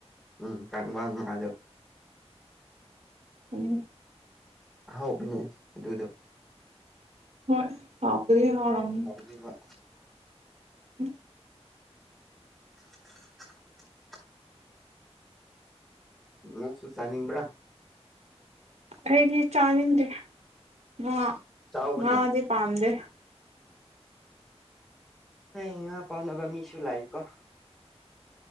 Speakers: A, in the centre; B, on the right.
A: ꯎꯝ ꯀꯥꯡꯕ <unintelligible>
B: ꯎꯝ
A: ꯑꯍꯥꯎꯕꯅꯦ ꯑꯗꯨꯗꯣ
B: ꯍꯣꯏ <unintelligible>
A: ꯕꯤꯕ
B: <inaudible>
A: <inaudible> ꯅꯪꯁꯨ ꯆꯥꯅꯤꯡꯕ꯭ꯔ
B: ꯑꯩꯗꯤ ꯆꯥꯅꯤꯡꯗꯦ ꯉꯥ
A: ꯆꯥꯎꯑꯣꯅꯦ
B: ꯉꯗꯤ ꯄꯥꯝꯗꯦ
A: <unintelligible> ꯉꯥ ꯄꯝꯗꯕ ꯃꯤꯁꯨ ꯂꯥꯛꯏꯀꯣ